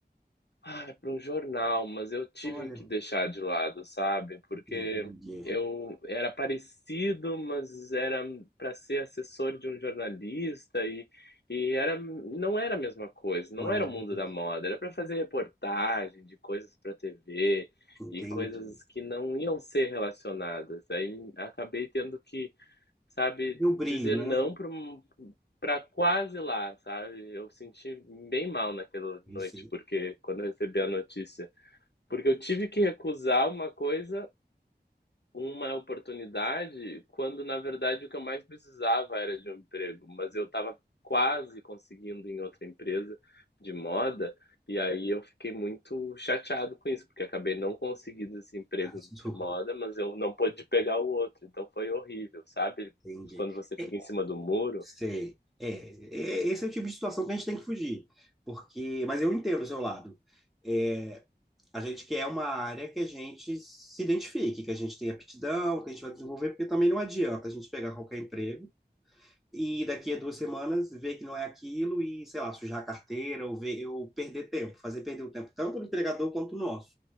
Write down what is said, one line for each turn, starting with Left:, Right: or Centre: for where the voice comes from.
Left: ah, é para um jornal, mas eu tive
Centre: Olha,
Left: que deixar de lado, sabe? Porque
Centre: entendi.
Left: eu era parecido, mas era para ser assessor de um jornalista e, e era, não era a mesma coisa, não
Centre: Olha
Left: era
Centre: a mesma
Left: o mundo
Centre: coisa.
Left: da moda, era para fazer reportagem de coisas para TV
Centre: Entendi.
Left: e coisas que não iam ser relacionadas. Aí acabei tendo que sabe,
Centre: E o brilho,
Left: dizer
Centre: né?
Left: não para um para quase lá, sabe? Eu senti bem mal naquela noite,
Centre: Eu sei.
Left: porque quando eu recebi a notícia, porque eu tive que recusar uma coisa uma oportunidade quando, na verdade, o que eu mais precisava era de um emprego, mas eu estava quase conseguindo em outra empresa de moda, e aí eu fiquei muito chateado com isso, porque acabei não conseguindo esse emprego
Centre: Traço do
Left: de moda,
Centre: rosto,
Left: mas eu não pude pegar o outro, então foi horrível, sabe?
Centre: entendi.
Left: Quando você fica
Centre: É,
Left: em cima do muro,
Centre: sei. É, é, esse é o tipo de situação que a gente tem que fugir. Porque, mas eu entendo o seu lado. É, A gente quer uma área que a gente se identifique, que a gente tenha aptidão, que a gente vai desenvolver, porque também não adianta a gente pegar qualquer emprego e daqui a duas semanas ver que não é aquilo e, sei lá, sujar a carteira ou, ver, ou perder tempo, fazer perder o tempo tanto do empregador quanto o nosso.